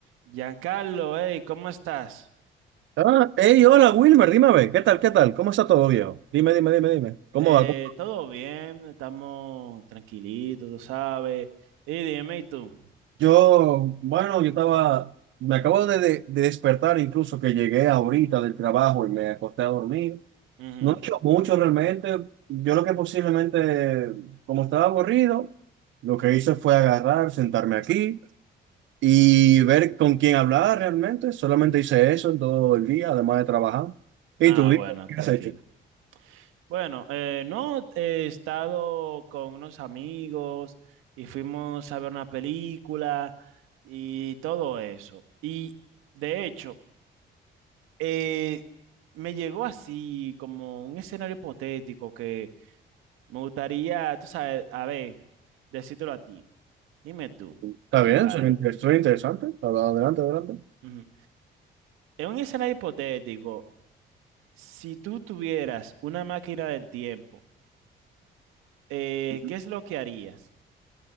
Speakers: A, on the right (about 80°); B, on the right (about 65°).
A: Giancarlo, hey, ¿cómo estás?
B: Ah, hey, hola Wilmer, dime a ver, ¿qué tal, qué tal? ¿Cómo está todo, viejo? Dime, dime, dime, dime. ¿Cómo
A: Eh,
B: va? ¿Cómo-
A: todo bien, estamos tranquilitos, tú sabes. Y dime, ¿y tú?
B: Yo, bueno, yo estaba, me acabo de, de- de despertar incluso que llegué ahorita del trabajo y me acosté a dormir.
A: Ujú.
B: No he hecho mucho realmente. Yo lo que posiblemente, como estaba aburrido, lo que hice fue agarrar, sentarme aquí y ver con quién hablar realmente. Solamente hice eso en todo el día, además de trabajar. ¿Y
A: Ah,
B: tú, viejo,
A: bueno,
B: qué
A: tranquilo.
B: has hecho?
A: Bueno, eh, no, he estado con unos amigos y fuimos a ver una película y todo eso. Y de hecho, eh, me llegó así como un escenario hipotético que me gustaría, tú sabes, a ver, decírtelo a ti. Dime tú,
B: Está
A: Giancarlo.
B: bien, soy, estoy interesante. Ad- Adelante, adelante.
A: ujú, En un escenario hipotético, si tú tuvieras una máquina del tiempo, eh,
B: Ujú.
A: ¿qué es lo que harías?